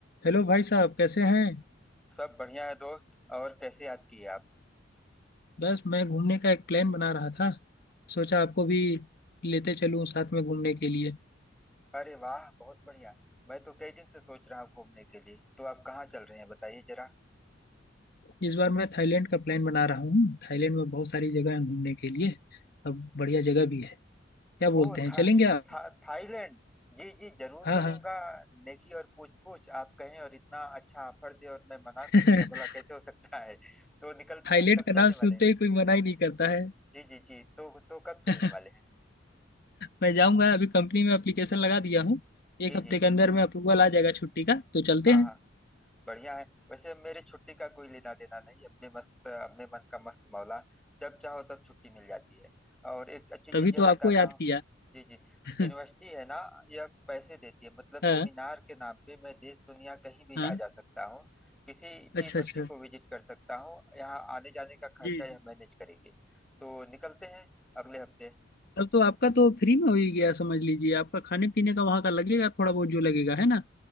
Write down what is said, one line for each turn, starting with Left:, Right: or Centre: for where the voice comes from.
Left: हेलो भाई साहब कैसे हैं
Centre: सब बढ़िया है दोस्त और कैसे याद किए आप
Left: बस मैं घूमने का एक प्लान बना रहा था सोचा आपको भी लेते चलूं साथ में घूमने के लिए
Centre: अरे वाह बहुत बढ़िया मैं तो कई दिन से सोच रहा हूँ घूमने के लिए तो आप कहाँ चल रहे हैं बताइए जरा
Left: इस बार मैं थाईलैंड का प्लान बना रहा हूँ थाईलैंड में बहुत सारी जगह हैं घूमने के लिए अब बढ़िया जगह भी है क्या बोलते
Centre: ओ
Left: हैं
Centre: था,
Left: चलेंगे आप
Centre: था थाईलैंड जी जी जरूर
Left: हाँ
Centre: चलूंगा
Left: हाँ
Centre: नेकी और पूछ पूछ आप कहें और इतना अच्छा ऑफर दे और मैं मना
Left: <laughs>
Centre: करूं या भला कैसे हो सकता है तो निकलते
Left: थाईलैंड
Centre: हैं कब
Left: का
Centre: चलने
Left: नाम सुनते
Centre: वाले हैं
Left: ही कोई मना ही नहीं करता है
Centre: जी जी जी तो तो कब चलने
Left: <laughs>
Centre: वाले हैं
Left: मैं जाऊंगा अभी कंपनी में एप्लीकेशन लगा दिया हूँ
Centre: जी
Left: एक हफ्ते
Centre: जी
Left: के
Centre: जी
Left: अंदर में अप्रूवल आ जाएगा छुट्टी का तो चलते
Centre: हाँ
Left: हैं
Centre: हाँ बढ़िया है वैसे मेरी छुट्टी का कोई लेना देना नहीं अपने मस्त अपने मन का मस्त मौला जब चाहो तब छुट्टी मिल जाती है और एक अच्छी चीज
Left: तभी तो
Centre: यह
Left: आपको
Centre: बताता
Left: याद
Centre: हूँ
Left: किया
Centre: जी जी
Left: <laughs>
Centre: यूनिवर्सिटी है ना यह पैसे देती है मतलब सेमिनार
Left: हाँ
Centre: के नाम पे मैं देश दुनिया कहीं भी
Left: हाँ
Centre: आ जा सकता हूँ किसी भी
Left: अच्छा
Centre: यूनिवर्सिटी
Left: अच्छा
Centre: को विजिट कर सकता हूँ यहाँ आने जाने का खर्चा
Left: जी
Centre: यह मैनेज करेगी तो निकलते हैं अगले हफ्ते
Left: तब तो आपका तो फ्री में हो ही गया समझ लीजिए आपका खाने पीने का वहां का लगेगा थोड़ा बहुत जो लगेगा है ना